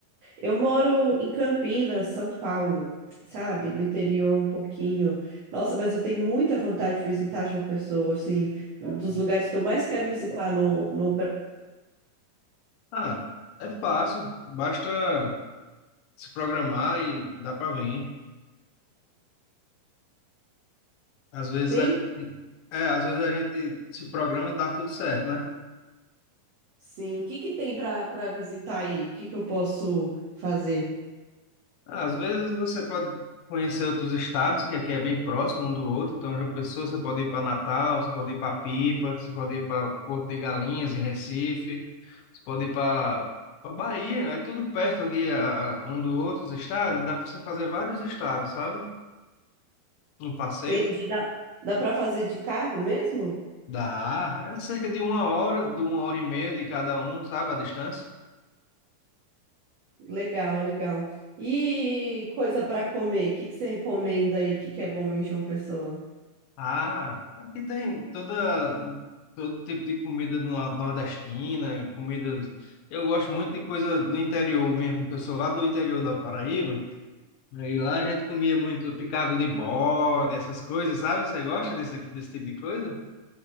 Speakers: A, on the right (about 85°); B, on the left (about 80°).
A: Eu moro em Campinas, São Paulo, sabe? No interior um pouquinho. Nossa, mas eu tenho muita vontade de visitar João Pessoa, assim, um dos lugares que eu mais quero visitar no, no Brasil.
B: Ah, é fácil. Basta se programar e dá para vir. Às vezes
A: Tem?
B: a, é, às vezes a gente se programa e dá tudo certo, né?
A: Sim. O que que tem para para visitar aí? O que que eu posso fazer?
B: Às vezes você pode conhecer outros estados, que aqui é bem próximo um do outro. Então, João Pessoa, você pode ir para Natal, você pode ir para Pipa, você pode ir para Porto de Galinhas, em Recife, você pode ir para para Bahia, é tudo perto aqui a- a- um do outro, os estados. Dá para você fazer vários estados, sabe? Um passeio.
A: Tem de dá, dá para fazer de carro mesmo?
B: Dá, é cerca de uma hora, de uma hora e meia de cada um, sabe, a distância.
A: Legal, legal. E coisa para comer, o que que você recomenda aí? O que que é bom em João Pessoa?
B: Ah, aqui tem toda todo tipo de comida no- nordestina, comidas. Eu gosto muito de coisa do interior mesmo, porque eu sou lá do interior da Paraíba. E lá a gente comia muito picado de bode, essas coisas, sabe? Você gosta desse, desse tipo de coisa?